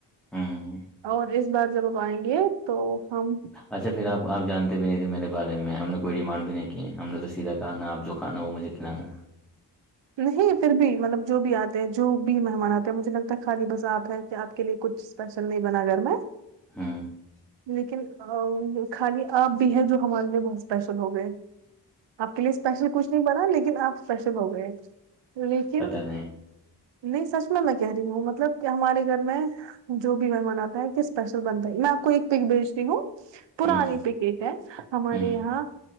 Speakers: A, in the centre; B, on the right (about 85°).
A: ہ
B: اور اس بار جب ہم آئیں گے تو ہم
A: اچھا پھر آپ آپ جانتے بھی نہیں تھے میرے بارے میں ہم نے کوئی ڈیمانڈ بھی نہیں کیے ہم نے تو سیدھا کہا نا آپ جو کھانا وہ مجھے کھلانا
B: نہیں پھر بھی مطلب جو بھی آتے ہیں جو بھی مہمان آتے ہیں مجھے لگتا ہے خالی بس آپ ہیں آپ کے لیے کچھ اسپیشل نہیں بنا گھر میں
A: ہ
B: لیکن اور خالی آپ بھی ہے جو ہمارے لیے بہت اسپیشل ہو گئے آپ کے لیے اسپیشل کچھ نہیں بنا لیکن آپ اسپیشل ہو گئے لیکن
A: پتہ نہیں
B: نہیں سچ میں میں کہہ رہی ہوں مطلب کہ ہمارے گھر میں جو بھی ممناتا ہے کہ اسپیشل بنتا ہے میں آ کو ایک پک بھیجتی ہوں پرانی
A: ہ
B: پیکج ہے ہمارے
A: ہ
B: یہاں